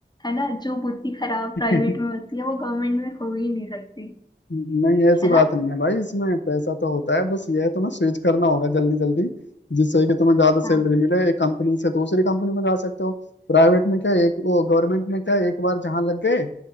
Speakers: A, on the left; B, on the left.
A: है ना जो बुद्धि खराब प्राइवेट
B: है <laughs>
A: में होती है वो गवर्नमेंट में हो ही नहीं सकती
B: नहीं ऐसी
A: है
B: बात
A: ना
B: नहीं है भाई इसमें पैसा तो होता है बस ये है तुम्हें स्विच करना होगा जल्दी जल्दी जिससे कि तुम्हें ज्यादा
A: हाँ
B: सैलरी मिले एक कंपनी से दूसरी कंपनी में जा सकते हो प्राइवेट में क्या है, एक वो गवर्नमेंट में क्या है, एक बार जहाँ लग गए